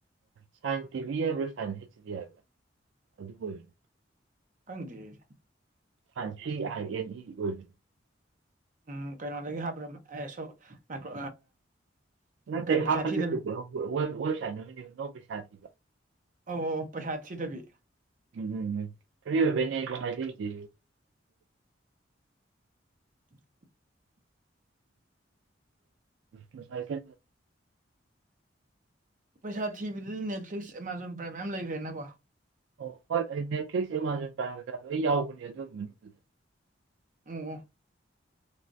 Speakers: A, on the right; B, on the right.
A: ꯁꯥꯏꯟꯁ ꯇꯤꯚꯤ ꯍꯥꯏꯕ꯭ꯔꯥ ꯁꯥꯏꯟꯁ ꯍꯩꯆ ꯗꯤ ꯍꯥꯏꯕ꯭ꯔꯥ ꯑꯗꯨ ꯑꯣꯏꯕꯅꯤ
B: ꯈꯪꯗ꯭ꯔꯦ
A: ꯐ ꯁꯤ ꯑꯣꯏ <unintelligible>
B: ꯎꯝ ꯀꯩꯅꯣꯗꯒꯤ ꯍꯥꯞꯕ꯭ꯔꯣꯁꯣ ꯃꯥꯏꯀ꯭ꯔꯣ
A: ꯅꯠꯇꯦ
B: ꯀꯩꯅꯣ ꯄꯩꯁꯥ
A: ꯍꯥꯞꯄ
B: ꯊꯤꯗꯕꯤ
A: ꯅꯠꯇꯁꯥ ꯅꯨꯃꯤ ꯅ ꯄꯩꯁꯥ ꯊꯕ
B: ꯑꯣ ꯑꯣ ꯑꯣ ꯄꯩꯁꯥ ꯊꯤꯗꯕꯤ
A: ꯎꯝ ꯎꯝ ꯎꯝ ꯐꯔꯤ ꯑꯣꯏꯕꯅꯤ ꯑꯩꯗꯣ ꯍꯥꯏꯖꯔꯤꯁꯦ
B: <inaudible>
A: ꯅ ꯆꯥꯏꯗ
B: ꯄꯩꯁꯥ ꯊꯤꯕꯗꯗꯤ ꯅꯦꯠꯐ꯭ꯂꯤꯛꯁ ꯑꯦꯃꯥꯖꯣꯟ ꯄ꯭ꯔꯥꯏꯝ ꯃꯌꯥꯝ ꯂꯩꯈ꯭ꯔꯦꯅꯀꯣ
A: ꯑꯣ ꯍꯣꯏ ꯑꯩ ꯅꯦꯠꯐ꯭ꯂꯤꯛꯁ ꯑꯦꯃꯥꯖꯣꯟ ꯄ꯭ꯔꯥꯏꯝ ꯀꯩꯀꯥ ꯂꯣꯏ ꯌꯥꯎꯕꯅꯦ ꯑꯗꯨꯒꯤ ꯃꯅꯨꯡꯗ
B: ꯑꯣ ꯑꯣ